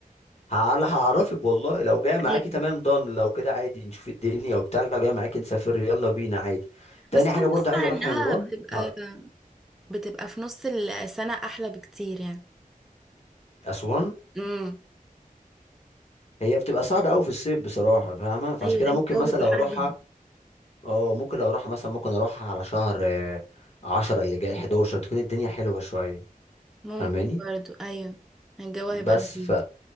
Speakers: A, on the left; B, in the centre.
A: هعل- هعرفك والله لو جاي معاكي
B: ايوه
A: تمام ضن لو كده عادي نشوف الدنيا وبتاع لو جاي معاكي نسافر يلا بينا عادي تاني
B: بس انا
A: حاجة برضه
B: بسمع
A: عايز اروحها
B: انها
A: يا نوران
B: بتبقى
A: ه-
B: بتبقى في نص السنة احلى بكتير يعني
A: اسوان
B: امم
A: هي بتبقى صعبة قوي في الصيف بصراحة فاهمة فعشان
B: ايوه
A: كده
B: لان
A: ممكن
B: الجو
A: مثلا
B: بيبقى
A: لو
B: حر
A: اروحها
B: جدا
A: اه ممكن لو اروحها مثلا ممكن اروحها على شهر آه، عشرة اللي جاي 11 تكون الدنيا حلوة شوية
B: ممكن
A: فاهماني
B: برضو ايوه الجو هيبقى
A: بس
B: لذيذ
A: ف